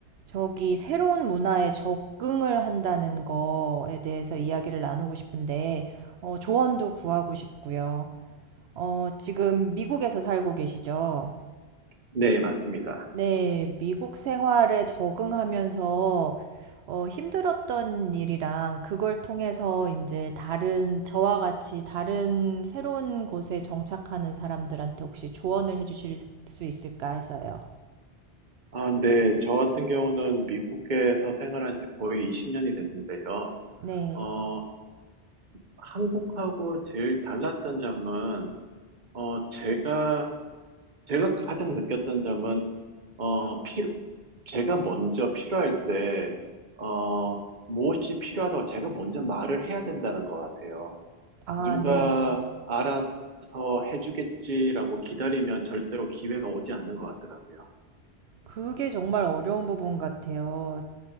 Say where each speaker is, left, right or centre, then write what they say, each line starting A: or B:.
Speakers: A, on the right; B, on the right.
A: 저기 새로운 문화에 적응을 한다는 거에 대해서 이야기를 나누고 싶은데, 어, 조언도 구하고 싶고요. 어, 지금 미국에서 살고 계시죠?
B: 네, 맞습니다.
A: 네, 미국 생활에 적응하면서 어, 힘들었던 일이랑 그걸 통해서 이제 다른, 저와 같이 다른 새로운 곳에 정착하는 사람들한테 혹시 조언을 해주실 수 있을까 해서요.
B: 아, 네. 저 같은 경우는 미국에서 생활한 지 거의 20년이 됐는데요.
A: 네.
B: 어, 한국하고 제일 달랐던 점은, 어, 제가, 제가 가장 느꼈던 점은, 어, 피, 제가 먼저 필요할 때, 어, 무엇이 필요하다고 제가 먼저 말을 해야 된다는 것 같아요.
A: 아,
B: 누가
A: 네.
B: 알아서 해주겠지라고 기다리면 절대로 기회가 오지 않는 것 같더라고요.
A: 그게 정말 어려운 부분 같아요.